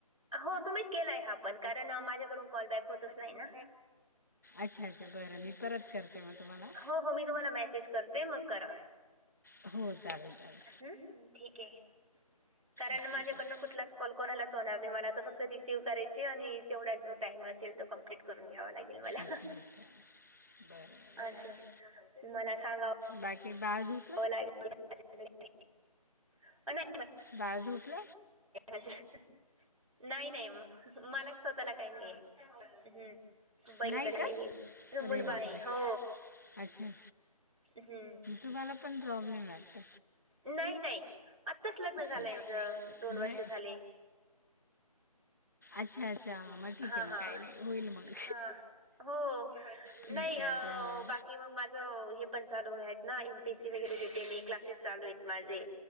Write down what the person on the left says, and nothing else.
अच्छा अच्छा बरं मी परत करते मग तुम्हाला.
हो चालेल चालेल
ओके
चालेल
अच्छा अच्छा बरं बरं
चालेल
बाकी बाळ झोप
बाळ झोपल?
नाही का
अरे बापरे
अच्छा
तुम्हाला पण प्रॉब्लेम वाटत
आहे.
नाही
अच्छा अच्छा मग ठीक
आहे मग
काही नाही होईल मग.
ठीक
आहे चालेल